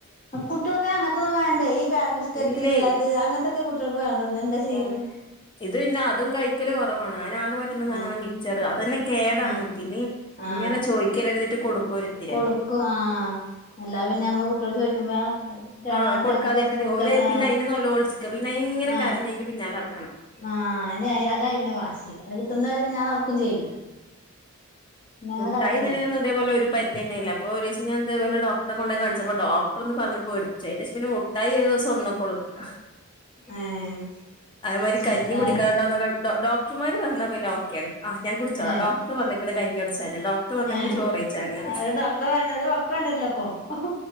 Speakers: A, on the left; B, on the left.
A: കുട്ടികൾക്ക് അങ്ങനത്തൊന്നും വേണ്ടേ ഈ ബിസ്ക്കറ്റ്
B: ഇല്ലേ
A: അത് അങ്ങനത്തൊക്കെയാ കുട്ടികൾക്ക് വേണ്ടത് പിന്നെ എന്താ ചെയ്യുക
B: ഓൻ
A: ഇന്ന്
B: ഇത് പിന്നെ അതും കഴി ക്കല് കൊറവാണ് ഓനാകെ പറ്റ്ണ സാനാണ്
A: ഉം
B: മിച്ചറ് അതന്നെ കേടാണ്
A: ഉം
B: പിന്നെയും
A: ആഹ്
B: ഇങ്ങനെ ചോയ്ക്ക <unintelligible> കൊടുക്കും ഒര്ത്തിരിയൊക്കെ
A: കൊടുക്കും ആഹ് അല്ലാ പിന്നെ നമ്മള് കുട്ടികൾ ചോദിക്കുമ്പോ കേടാന്നിട്ട്
B: ആഹ് കൊടുക്കാതിരുന്നിട്ട്
A: നമ്മള് കൊറച്ച് കൊടുക്ക
B: ഒല്
A: ആഹ്
B: പിന്നെ അയിന് നെലോള്ച്ചക്ക പിന്നെയ് ഇങ്ങനെ
A: ആഹ്
B: കരഞ്ഞയിന്റെ പിന്നാലെ നട
A: ആഹ് ഇനി അയ അതായി പിന്ന വാശി അത് കിട്ടുന്ന പിന്നാ നടക്കും ചെയ്യും പിന്നെ അങ്ങനെ
B: മുട്ടായി
A: കരയല്ലേ
B: <unintelligible> തേപോലൊരു പരിധിണ്ടായില്ല അപ്പൊ ഒരീസം ഞാൻ ഇതേവൊലെ ഡോക്ടെ കൊണ്ടോയ് കാണിച്ചപ്പോ ഡോക്റെന്ന് പറഞ്ഞപ്പോ <unintelligible> ദേശ് പിന്നെ മുട്ടായി ഒരു ദിവസം ഒന്ന് കൊളു <unintelligible>
A: ഏഹ്
B: അതേമാരി കഞ്ഞി
A: മുട്ടായ
B: കുടിക്കണംട്ടാന്നൊര് ഡോ ഡോ ടൃമാര് പറനാ പിന്നോക്കെയാണ്. ആഹ് ഞാങ്കുടിച്ചോളാം
A: ഏഹ്
B: ഡോക്ട്റ് പറഞ്ഞേക്ക്ണെ <unintelligible> ഡോക്ടറ് പറഞ്ഞെക്ക്ന്നെ
A: ഏഹ്
B: ചോറഴിച്ചാന്ന്റയു
A: ഒരു ഡോക്ടറെ ഒരു ഡോക്ടറെ വേണ്ടിവരില്ലോ അപ്പൊ